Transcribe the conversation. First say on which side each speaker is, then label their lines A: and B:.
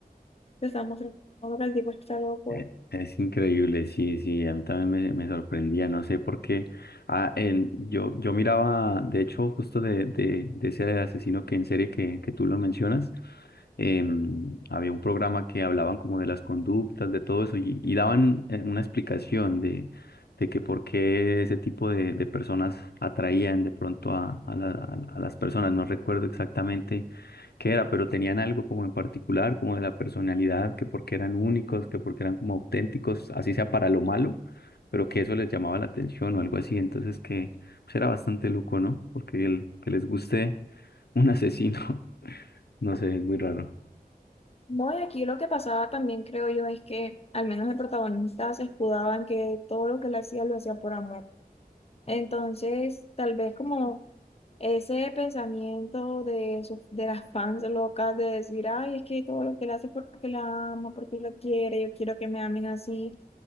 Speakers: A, on the left; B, on the left.
A: te están mostrando que el tipo está loco.
B: Eh, Es increíble, sí, sí, a mí también me, me sorprendía, no sé por qué. Ah, en- yo, yo miraba, de hecho, justo de, de, de ese asesino que en serie que, que tú lo mencionas, em, había un programa que hablaban como de las conductas, de todo eso, y, y daban eh, una explicación de, de que por qué ese tipo de, de personas atraían de pronto a, a la- a- a las personas. No recuerdo exactamente qué era, pero tenían algo como en particular, como de la personalidad, que porque eran únicos, que porque eran como auténticos, así sea para lo malo, pero que eso les llamaba la atención o algo así. Entonces que pues, era bastante loco, ¿no? Porque el que les guste un asesino, <laughs> no sé, es muy raro.
A: No, y aquí lo que pasaba también, creo yo, es que al menos el protagonista se escudaba en que todo lo que él hacía lo hacía por amor. Entonces, tal vez como ese pensamiento de, sus- de las fans locas de decir, ay, es que todo lo que él hace es porque la ama, porque lo quiere, yo quiero que me amen así,